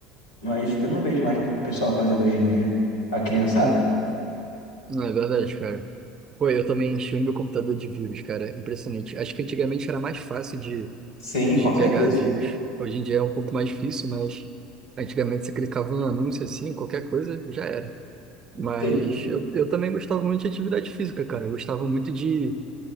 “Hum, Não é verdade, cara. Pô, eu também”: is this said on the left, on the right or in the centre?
Right